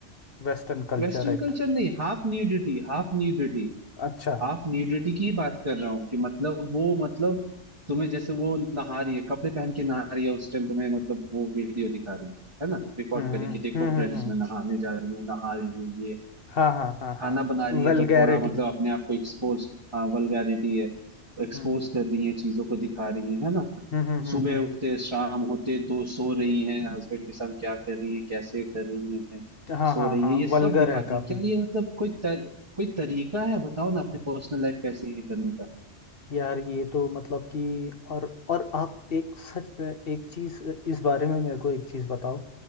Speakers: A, on the left (about 55°); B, on the right (about 25°).
A: Western culture
B: वेस्टर्न
A: act
B: कल्चर नहीं half nudity half nudity
A: अच्छा
B: Half nudity की ही बात कर रहा हूँ कि मतलब वो मतलब तुम्हें जैसे वो नहा रही है कपड़े पहन के नहा रही है उस टाइम तुम्हें मतलब वो वीडियो दिखा रही है है ना रिकॉर्ड
A: हम्म हम्म
B: करे कि देखो
A: हम्म
B: फ्रेंड्स
A: हम्म हम्म,
B: मैं नहाने जा रही हूँ नहा रही हूँ ये
A: हाँ हाँ हाँ
B: खाना
A: हाँ
B: बना रही है
A: वेलगैरिटी
B: तो थोड़ा मतलब अपने आप को एक्सपोज हाँ वल्गैरिटी है तो एक्सपोज
A: हम्म
B: कर रही है चीजों को दिखा रही है है ना
A: हम्म हम्म हम्म
B: सुबह
A: हम्म,
B: उठते शाम होते दो सो रही हैं हस्बैंड के साथ क्या कर रही है कैसे कर रही है
A: हाँ
B: सो
A: हाँ
B: रही
A: हाँ
B: है ये
A: वल्गर
B: सब दिखाती
A: है काफी
B: है क्या ये मतलब कोई तर, कोई तरीका है बताओ ना अपने पर्सनल लाइफ कैसे ये करने का
A: यार ये तो मतलब कि और और आप एक सच में एक चीज इस बारे में मेरे को एक चीज बताओ